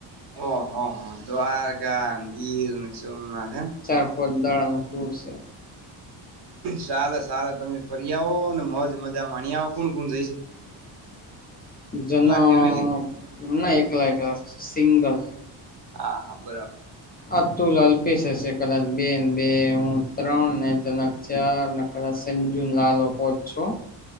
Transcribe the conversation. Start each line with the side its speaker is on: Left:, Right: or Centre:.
Right: ઓહ હ દ્વારકા ને ગીર અને સોમનાથ. એમ
Left: ચાર પદ દાળાનું ટૂર છે.
Right: સાર સારે તમે ફરી આવો ને મજ મજા માણી આવો કોણ કોણ જઈ છે?
Left: <inaudible> જના
Right: ફેમિલી
Left: ના એકલા એકલા સિંગલ.
Right: હા હા બરાબર.
Left: અતુલ અલ્પીસ હશે કદાચ બે બે હું ત્રણ ને જનક ચાર સંજુ લાલો પોચ, છો.